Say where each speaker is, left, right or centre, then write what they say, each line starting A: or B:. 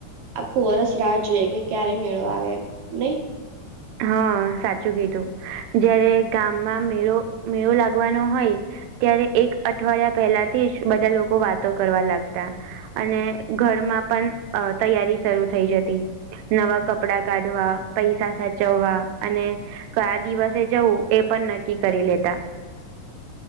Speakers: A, on the right; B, on the right.
A: આખું વર્ષ રાહ જોવે કે ક્યારે મેળો આવે એમ. નઈ
B: હા સાચું કીધું જયારે ગામમાં મેળો મેળો લાગવાનો હોય. ત્યારે એક અઠવાડિયા પહેલા થી જ બધા લોકો વાતો કરવા લાગતા. અને ઘરમાં પણ અ તૈયારી શરું થઈ જતી. નવા કપડા કાઢવા પૈસા સાથે. જવા અને કયા દિવસે જવું એ પણ નક્કી કરી લેતા.